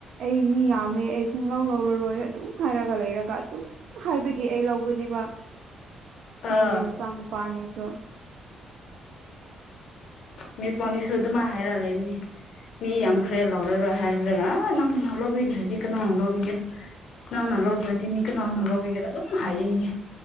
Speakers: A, on the right; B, on the left.
A: ꯑꯩ ꯃꯤ ꯌꯥꯝꯃꯦ ꯑꯩ ꯁꯨꯡ ꯂꯧ ꯂꯧꯔꯔꯣꯏ ꯑꯗꯨꯝ ꯍꯥꯏꯔꯒ ꯂꯩꯔꯒ ꯑꯗꯨꯝ ꯍꯥꯏꯕꯒꯤ ꯑꯩ ꯂꯧꯕꯅꯦꯕ꯫
B: ꯑꯥ
A: ꯃꯥꯒꯤ ꯃꯆꯥ ꯅꯨꯄ ꯑꯅꯤꯗꯣ
B: ꯃꯤꯁ ꯋꯥꯡꯅꯤꯁꯨ ꯑꯗꯨꯝꯃꯥꯏ ꯍꯥꯏꯔ ꯂꯩꯕꯅꯤ ꯃꯤ
A: ꯎꯝ
B: ꯌꯥꯝꯈ꯭ꯔꯦ ꯂꯧꯔꯔꯣꯏ ꯍꯥꯏꯔ ꯭ꯔꯦ ꯅꯪꯅ ꯂꯧꯕꯤꯗ꯭ꯔꯦꯗꯤ ꯀꯥꯅ ꯅ ꯂꯣꯕꯤꯒꯦꯔ ꯅꯪꯅ ꯂꯧꯗ꯭ꯔꯗꯤ ꯃꯤ ꯀꯅꯥꯅ ꯂꯧꯕꯤꯒꯦꯔꯥ ꯑꯗꯨꯝ ꯍꯥꯏꯌꯦꯌꯦ